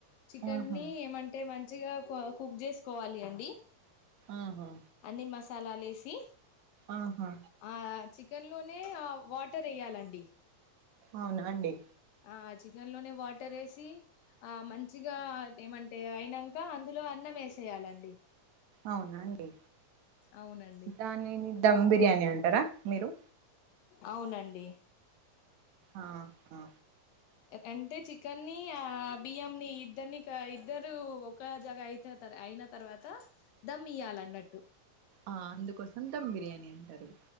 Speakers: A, on the left (about 80°); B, on the right (about 60°).
A: చికెన్
B: ఆహా
A: నీ ఏమంటే మంచిగా ఎక్కువ కుక్ చేసుకోవాలి అండి
B: ఆహా
A: అన్ని మసాలాలు వేసి
B: ఆహా
A: ఆ చికెన్ లోనే వాటర్ వేయాలండి
B: అవునా అండి
A: ఆ చికెన్ లోనే వాటర్ వేసి ఆ మంచిగా ఏమంటే అయినాక అందులో అన్నం వేసేయాలండి
B: అవునండి
A: అవునండి
B: దాన్ని దమ్ బిర్యానీ అంటారా మీరు
A: అవునండి
B: ఆ హు
A: అంటే చికెన్ని ఆ బియ్యం ని ఇద్దరిని ఇద్దరు ఒక జగ అయి అయిన తర్వాత దమ్ ఇయాల ఉన్నట్టు
B: ఆ అందుకోసం దమ్ బిర్యానీ అంటారు.